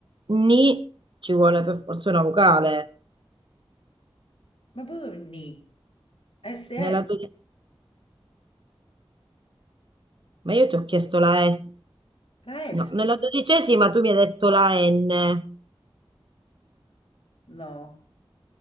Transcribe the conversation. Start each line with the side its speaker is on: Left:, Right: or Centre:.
Right: ni ci vuole per forza una vocale.
Left: Ma proprio ni. SS.
Right: Nella dodi- ma io ti ho chiesto la S,
Left: La S.
Right: no, nella dodicesima tu mi hai detto la N.
Left: No.